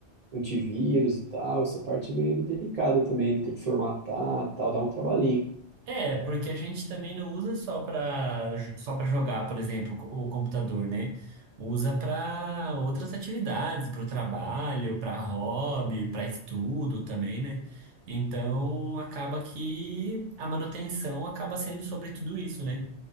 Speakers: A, on the right; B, on the right.
A: antivírus e tal. Essa parte é meio delicada também, né, tem que formatar, tal, dá um trabalhinho.
B: É, porque a gente também não usa só para só para jogar, por exemplo, o computador, né? Usa para outras atividades, para o trabalho, para hobby, para estudo também, né? Então acaba que a manutenção acaba sendo sobre tudo isso, né?